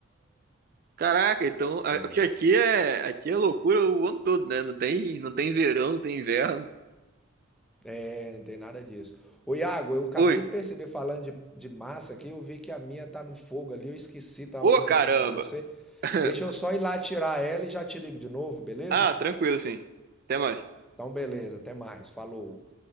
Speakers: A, on the right; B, in the centre.
A: Caraca, então,
B: você
A: a- porque
B: vê.
A: aqui é, aqui é loucura o ano todo, né? Não tem, não tem verão, não tem inverno.
B: É, não tem nada disso. Ô Iago, eu acabei
A: Oi.
B: de perceber, falando de, de massa aqui, eu vi que a minha tá no fogo ali, eu esqueci, tava
A: Ô,
B: conversando
A: caramba.
B: aqui com você.
A: <laughs>
B: Deixa eu só ir lá tirar ela e já te ligo de novo, beleza?
A: Ah, tranquilo, sim. Até mais.
B: Então, beleza, até mais, falou.